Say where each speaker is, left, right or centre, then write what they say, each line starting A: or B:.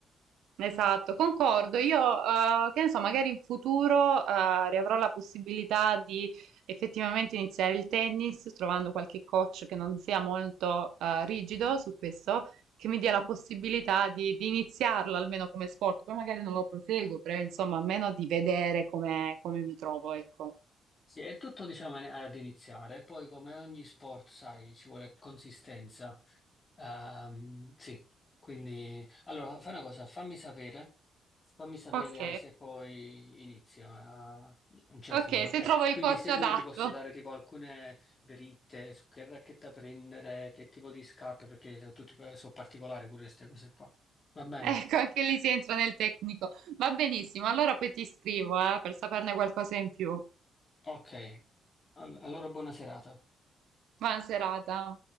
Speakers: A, on the right (about 80°); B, on the left (about 35°).
A: Esatto, concordo. Io, eh, che ne so, magari in futuro, eh, riavrò la possibilità di effettivamente iniziare il tennis, trovando qualche coach che non sia molto, eh, rigido su questo, che mi dia la possibilità di, di iniziarlo almeno come sport. Poi magari non lo proseguo, però insomma, almeno di vedere come, come mi trovo, ecco.
B: Sì, è tutto, diciamo, ad iniziare. Poi, come ogni sport, sai, ci vuole consistenza. Ehm, sì, quindi allora fai una cosa, fammi sapere, fammi sapere
A: Ok,
B: se poi inizia a un certo
A: ok,
B: punto, ok?
A: se trovo il
B: Quindi
A: coach
B: se
A: adatto.
B: vuoi ti posso dare
A: <laughs>
B: tipo alcune dritte su che racchetta prendere, che tipo di scarpe, perché sono tutti sono particolari pure queste cose qua. Va bene?
A: Ecco, anche lì si entra nel tecnico. Va benissimo, allora poi ti scrivo, eh, per saperne qualcosa in più.
B: Ok, All- allora buona serata.
A: Buona serata.